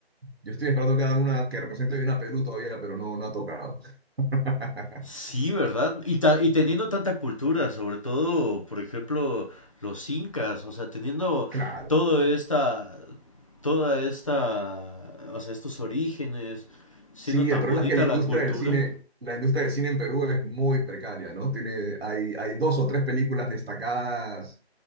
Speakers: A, on the right; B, on the left.
A: yo estoy esperando que hagan una que represente bien a Perú todavía, pero no, no ha tocado. <laughs>
B: Sí, ¿verdad? Y, ta- y teniendo tanta cultura, sobre todo, por ejemplo, los incas, o sea, teniendo
A: Claro.
B: todo esta, toda esta, o sea, estos orígenes, siendo
A: Sí,
B: tan
A: el problema
B: bonita
A: es que la industria
B: la cultura.
A: del cine, la industria del cine en Perú es muy precaria, ¿no? Tiene, hay, hay dos o tres películas destacadas